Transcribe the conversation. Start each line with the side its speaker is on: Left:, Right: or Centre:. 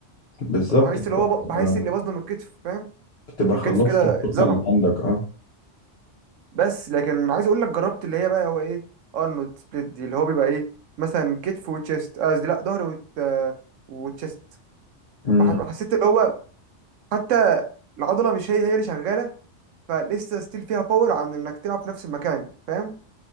Left: بالظبط
Right: فبحس
Left: انت
Right: اللي هو
Left: بتبقى
Right: ب- بحس إني بظلم الكتف فاهم
Left: بتبقى
Right: يعني
Left: خلصت
Right: الكتف كده
Left: الطاقة
Right: اتظلم
Left: اللي عندك اه
Right: بس لكن عايز أقول لك جربت اللي هي بقى هو إيه أرنولد سبليت دي اللي هو بيبقى إيه مثلا كتف وتشيست قصدي لأ ظهر وت... وتشيست
Left: أمم،
Right: بح- حسيت اللي هو حتى العضلة مش هي هي اللي شغالة فلسه ستيل فيها باور عن انك تلعب في نفس المكان فاهم